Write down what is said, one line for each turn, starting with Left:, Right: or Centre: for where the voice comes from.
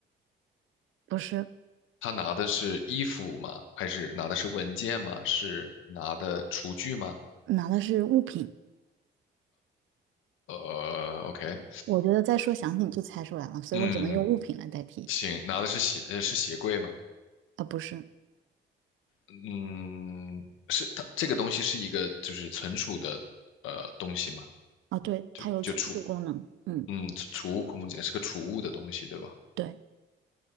Right: 不是，
Left: 他拿的是衣服吗？还是拿的是文件吗？是拿的厨具吗？
Right: 拿的是物品。
Left: 呃，OK，
Right: 我觉得再说详细你就猜出来了，所以我只能用物品来代替。
Left: 嗯，行，拿的是鞋，呃，是鞋柜吗？
Right: 啊，不是，
Left: 嗯，是它这个东西是一个就是存储的呃东西吗？
Right: 啊，对，
Left: 就就储，
Right: 它有存储功能。嗯，
Left: 嗯，储储物空间是个储物的东西，对吧？
Right: 对，